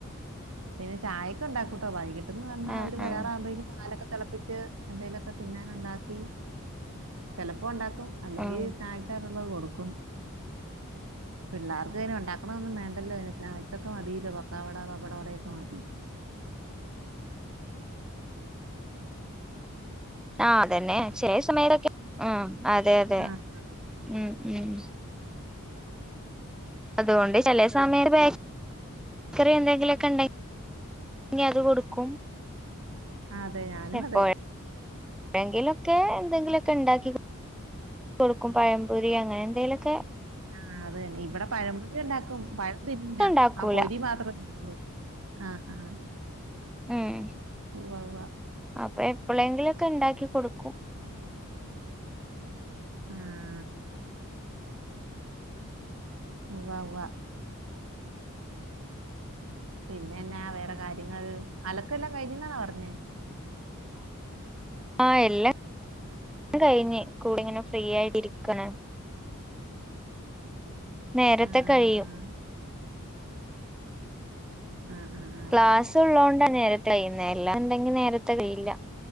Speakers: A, on the right; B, in the centre.
A: പിന്നെ ചായൊക്കെ ഉണ്ടാക്കൂട്ടോ വൈകിട്ട്ന്ന് പറഞ്ഞാ
B: ആഹ്
A: അവര് വരാറാവുമ്പോഴേക്കും
B: ആഹ്
A: പാലൊക്കെ തെളപ്പിച്ച് എന്തേലൊക്കെ തിന്നാൻ ഉണ്ടാക്കി ചിലപ്പോ ഉണ്ടാക്കും അല്ലെങ്കി
B: ആഹ്
A: സ്നാക്ക്സ് ആയിട്ടുള്ളത് കൊടുക്കും പിള്ളേർക്ക് പിന്നെ ഉണ്ടാക്കണത് ഒന്നും വേണ്ടല്ലോ അയിന് സ്നാക്സ് ഒക്കെ മതില്ലോ പക്കാവട പപ്പടവട ഒക്കെ മതി
B: ആഹ് അതന്നെ ചില സമയത്തൊക്കെ ഉം അതെ അതെ
A: ആഹ് ആഹ്
B: ഉം ഉം അതുകൊണ്ട് ചെലേ സമയം ബേക്കറി എന്തെങ്കിലുവൊക്കെ ഉണ്ടെ ങ്കി അത് കൊടുക്കും
A: അതെ ഞാനും
B: എപ്പോഴും
A: അതെ
B: എന്തെങ്കിലൊക്കെ എന്തെങ്കിലുവൊക്കെ ഉണ്ടാക്കി കൊടുക്കും പഴംമ്പൊരി അങ്ങനെ എന്തേലുവൊക്കെ
A: ആഹ് അതന്നെ ഇവിടെ പഴംമ്പൊ രി ഉണ്ടാക്കും പഴം തിന്നൂല
B: ഉണ്ടാക്കൂല
A: ആ പൊരി മാത്രമേ തിന്നോളൂ ആഹ് ആഹ്
B: ഉം
A: ഉവ്വ ഉവ്വ
B: അപ്പൊ എപ്പെളെങ്കിലൊക്കെ ണ്ടാക്കി കൊടുക്കും
A: ആഹ് ഉവ്വ ഉവ്വ പിന്നെന്നാ വേറെ കാര്യങ്ങൾ അലക്കെല്ലാം കഴിഞ്ഞെന്നാണാ പറഞ്ഞേ
B: ആഹ് എല്ലാം കഴിഞ്ഞ് കൂടെ ഇങ്ങനെ ഫ്രീ ആയിട്ട് ഇരിക്കാ നേരത്തെ
A: ആഹ്
B: കഴിയും
A: ആഹ് ആഹ് ആഹ്
B: ക്ലാസ്
A: ഉവ്വ ഉവ്വ
B: ഉള്ളോണ്ട നേരത്തെ കഴിയുന്നെ അല്ലാ ഉണ്ടെങ്കി നേരത്തെ കഴിയില്ല